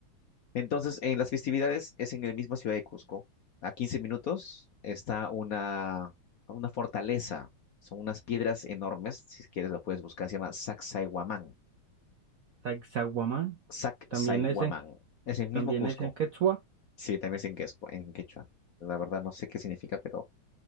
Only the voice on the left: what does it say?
Entonces, en las festividades es en la misma ciudad de Cusco. A 15 minutos está una, una fortaleza. Son unas piedras enormes. Si quieres, lo puedes buscar. Se llama Sacsayhuamán.
Sacsayhuamán.
Es el mismo
Cusco.
Sí, también es en quechua, en quechua. La verdad no sé qué significa, pero,